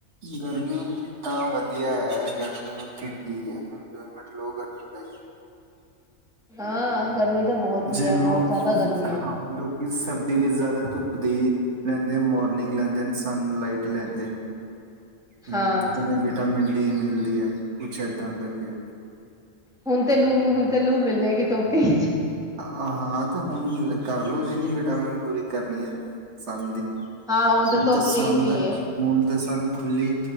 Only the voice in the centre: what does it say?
ਹਾਂ ਗਰਮੀ ਤਾਂ ਬਹੁਤ ਹੀ
ਹੈ ਬਹੁਤ ਜ਼ਿਆਦਾ ਗਰਮੀ ਹੈ
ਹਾਂ
ਹੁਣ ਤੇ ਲੂ ਹੁਣ ਤੇ ਲੂ ਮਿਲਲੇਗੀ ਧੁੱਪ ਇਹ
ਹਾਂ ਤਾਂ
ਧੁੱਪ
ਤੇਜ਼ ਵੀ
ਹੈ